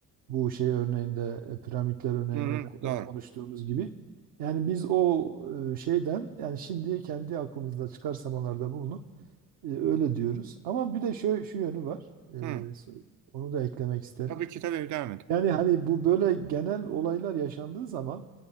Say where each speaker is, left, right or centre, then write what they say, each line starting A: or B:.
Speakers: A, on the right; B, on the right.
A: bu şey örneğinde e, piramitler örneğinde
B: Hı hı.
A: ko-
B: Doğru.
A: e, konuştuğumuz gibi. Yani biz o e, şeyden yani şimdi kendi aklımızda çıkarsamalarda bulunup e, öyle diyoruz. Ama bir de şu, şu yönü var. E,
B: Hı.
A: s- onu da eklemek isterim.
B: Tabii ki tabii devam et.
A: Yani hani bu böyle genel olaylar yaşandığı zaman